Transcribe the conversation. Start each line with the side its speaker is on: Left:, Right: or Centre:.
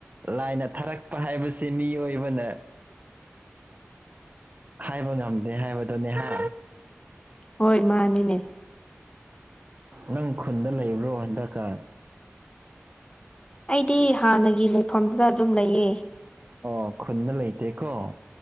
Right: ꯂꯥꯏꯅ ꯊꯥꯔꯛꯄ ꯍꯥꯏꯕꯁꯦ ꯃꯤꯑꯣꯏꯕꯅ ꯍꯥꯏꯕ ꯉꯝꯗꯦ ꯍꯥꯏꯕꯗꯨꯅꯦꯍ
Left: ꯍꯣꯏ ꯃꯥꯅꯤꯅꯦ
Right: ꯅꯪ ꯈꯨꯟꯗ ꯂꯩꯕ꯭ꯔꯣ ꯍꯟꯗꯛꯀꯥ
Left: ꯑꯩꯗꯤ ꯍꯥꯟꯅꯒꯤ ꯂꯩꯐꯝꯗꯨꯗ ꯑꯗꯨꯝ ꯂꯩꯌꯦ
Right: ꯑꯣ ꯈꯨꯟꯅ ꯂꯩꯇꯦꯀꯣ